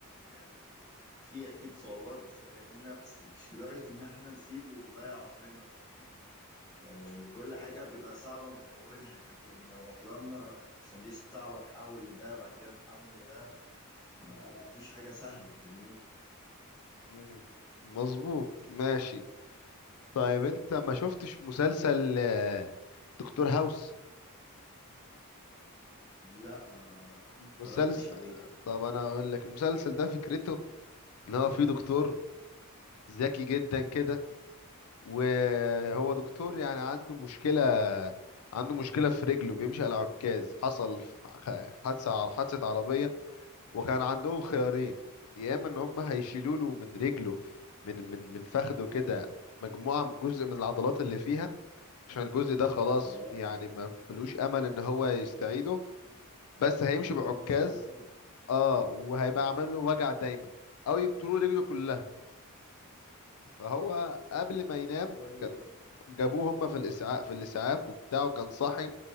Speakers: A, on the left; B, on the left.
A: يعني فيه أكيد صعوبات بتقابلنا بس مش لدرجة إن إحنا نسيبه ونضيع عمرنا يعني كل حاجة بيبقى صعبة من أولها لكن لو فضلنا عشان دي صعبة نحول لده بعد كده نحول لده ما فيش حاجة سهلة فاهمني
B: مم. مظبوط ماشي طيب انت ما شفتش مسلسل آه، دكتور هاوس
A: لا ما
B: مسلسل
A: اتفرجتش عليه
B: طب انا اقول لك المسلسل ده فكرته ان هو فيه دكتور ذكي جدا كده وهو دكتور يعني عنده مشكلة عنده مشكلة في رجله بيمشي على عكاز حصل ح- حادثة حادثة عربية وكان عندهم خيارين يا اما ان هم هيشيلوا له من رجله من من من فخده كده مجموعه من- جزء من العضلات اللي فيها عشان الجزء ده خلاص
A: اه
B: يعني ما ملوش امل ان هو يستعيده بس هيمشي
A: الموضوع
B: بعكاز
A: صعب قوي
B: اه وهيبقى عامل له وجع دايما او يبتلوا رجله كلها فهو قبل ما ينام
A: طريق
B: كان
A: بقى
B: جابوه هم في الاسعاف في الاسعاف وبتاعه كان صاحي